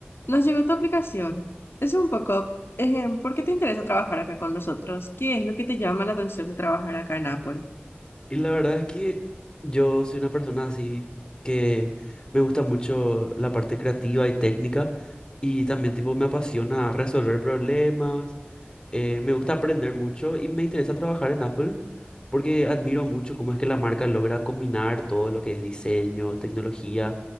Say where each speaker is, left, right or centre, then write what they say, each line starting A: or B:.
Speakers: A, on the left (about 75°); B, on the left (about 20°).
A: Nos llegó tu aplicación. Es un poco, ejem, ¿por qué te interesa trabajar acá con nosotros? ¿Qué es lo que te llama la atención de trabajar acá en Apple?
B: Y la verdad es que yo soy una persona así que me gusta mucho la parte creativa y técnica y también tipo me apasiona resolver problemas, eh, me gusta aprender mucho y me interesa trabajar en Apple porque admiro mucho cómo es que la marca logra combinar todo lo que es diseño, tecnología